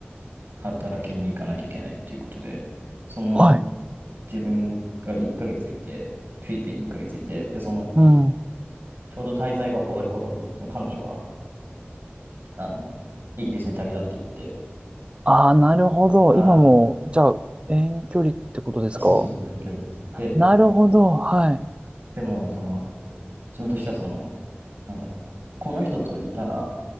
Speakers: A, on the right; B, on the right.
A: 働きに行かなきゃいけないっていうことで、その、
B: はい。
A: 自分が1ヶ月いて、フィリピンに1ヶ月いて、で、その、
B: うん。
A: ちょうど滞在が終わる頃に、その彼女は、あの、イギリスに旅立っていって、
B: ああ、なるほど。
A: はい。
B: 今も、じゃあ、遠距離ってことですか
A: あ、そうそうそう、遠距離なんですよ。で、
B: なるほど。はい。
A: でも、その、自分としては、その、なんだろうな、この人といたら、